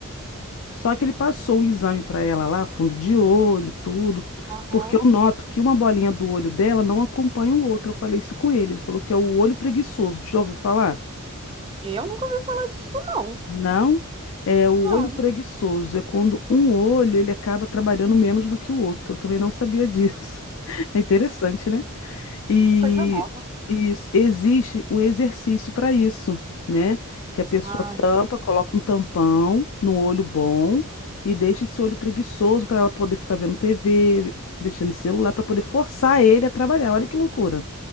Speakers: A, on the left (about 65°); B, on the right (about 25°).
A: Só que ele passou um exame para ela lá, fundo de olho, tudo,
B: Aham.
A: porque eu noto que uma bolinha do olho dela não acompanha o outro. Eu falei isso com ele. Ele falou que é o olho preguiçoso. Já ouviu falar?
B: Eu nunca ouvi falar disso, não.
A: Não, é o olho
B: Não.
A: preguiçoso. É quando um olho ele acaba trabalhando menos do que o outro. Eu Também não sabia disso. <laughs> É interessante, né? E,
B: Coisa nova.
A: isso- existe um exercício para isso, né? Que a pessoa
B: Ai,
A: tampa,
B: sim.
A: coloca um tampão no olho bom e deixa esse olho preguiçoso para ela poder ficar vendo TV, mexendo em celular, para poder forçar ele a trabalhar. Olha que loucura.